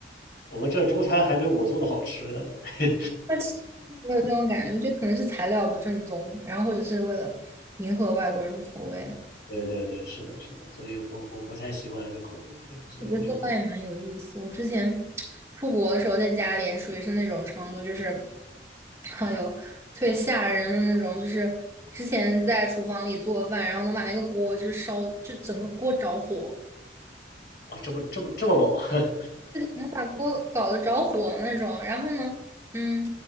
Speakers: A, on the left; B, on the right.
A: 我们这儿中餐还没我做的好吃的呢。<laughs>
B: 那其实我有这种感觉，我觉得可能是材料不正宗，然后或者是为了迎合外国人的口味。
A: 对对对，是的，是的，所以我我不太习惯那个口味，对啊，所以我就
B: 我觉得做饭也蛮有意思。我之前出国的时候，在家里也属于是那种程度，就是哎呦，特别吓人的那种，就是之前在厨房里做饭，然后能把那个锅就是烧，就整个锅着火。
A: 哇，这么这么这么猛 <laughs>
B: 能把锅搞得着火那种。然后呢，嗯，